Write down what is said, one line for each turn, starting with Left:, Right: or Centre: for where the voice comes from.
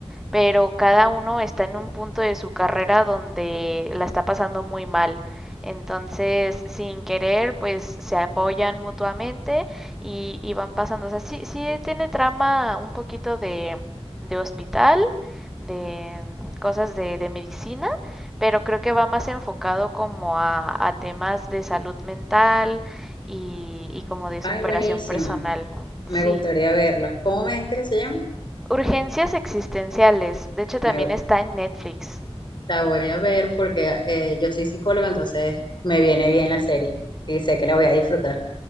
Centre: pero cada uno está en un punto de su carrera donde la está pasando muy mal. Entonces, sin querer, pues se apoyan mutuamente y, y van pasando. O sea, sí, sí tiene trama un poquito de, de hospital, de cosas de, de medicina, pero creo que va más enfocado como a, a temas de salud mental y, y como de
Left: Ay,
Centre: superación
Left: buenísimo.
Centre: personal.
Left: Me
Centre: Sí.
Left: gustaría verlo. ¿Cómo me dijiste que se llama?
Centre: Urgencias existenciales. De hecho, también
Left: Me,
Centre: está en Netflix.
Left: la voy a ver porque eh, yo soy psicóloga, entonces me viene bien la serie y sé que la voy a disfrutar.